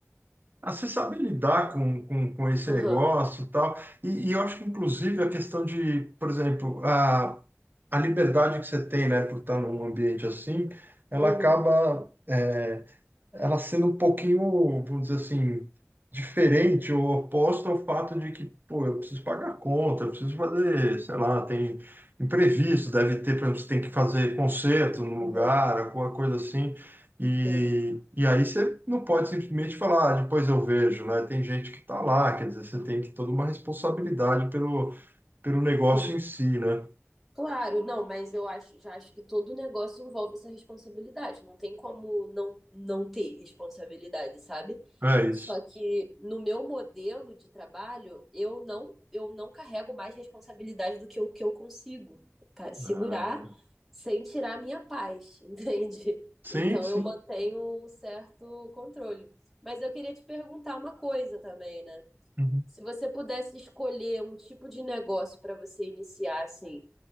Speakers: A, on the right (about 40°); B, in the centre.
A: Ah, você saber lidar com, com, com esse negócio
B: Aham,
A: e tal. E, e eu acho que, inclusive, a questão de, por exemplo, a, a liberdade que você tem, né, por estar num ambiente assim, ela
B: uhum,
A: acaba. é, ela sendo um pouquinho, vamos dizer assim, diferente ou oposta ao fato de que, pô, eu preciso pagar a conta, eu preciso fazer, sei lá, tem imprevisto, deve ter, por exemplo, você tem que fazer concerto no
B: aham,
A: lugar, alguma coisa assim. E,
B: sim,
A: e aí você não pode simplesmente falar, "Ah, depois eu vejo, né? Tem gente que tá lá, quer dizer, você tem que toda uma responsabilidade pelo, pelo negócio
B: sim.
A: em si, né?
B: Claro, não, mas eu acho, já acho que todo negócio envolve essa responsabilidade. Não tem como não, não ter responsabilidade, sabe?
A: É isso.
B: Só que no meu modelo de trabalho, eu não, eu não carrego mais responsabilidade do que o que eu consigo pa- segurar
A: Ah,
B: sem tirar a minha paz, <laughs> entende?
A: sim,
B: Então
A: sim.
B: eu mantenho um certo controle. Mas eu queria te perguntar uma coisa também, né?
A: Uhum.
B: Se você pudesse escolher um tipo de negócio para você iniciar, assim.